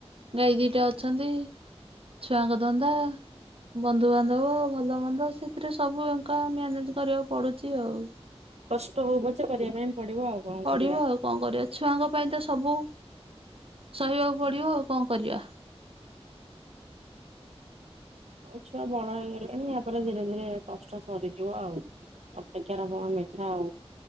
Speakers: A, on the right; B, on the right.
A: ଗାଈ ଦିଟା ଅଛନ୍ତି ଛୁଆଙ୍କ ଧନ୍ଦା। ବନ୍ଧୁବାନ୍ଧବ ଭଲ ମନ୍ଦ ସେଥିରେ ସବୁ ଏକା ମ୍ୟାନେଜ କରିବାକୁ ପଡୁଚି ଆଉ।
B: କଷ୍ଟ ହଉ ପଛେ କରିବା ପାଇଁ ପଡିବ ଆଉ। କଣ
A: ପଡିବ
B: କରିବା।
A: ଆଉ କଣ କରିବା ଛୁଆଙ୍କ ପାଇଁ ତ ସବୁ ସହିବାକୁ ପଡିବ ଆଉ କଣ କରିବା।
B: ଆଉ ଛୁଆ ବଡ ହେଇଗଲେଣି ୟାପରେ ଧୀରେ ଧୀରେ କଷ୍ଟ ସରିଯିବ ଆଉ। ଅପେକ୍ଷା ର ଫଳ ମିଠାଆଉ।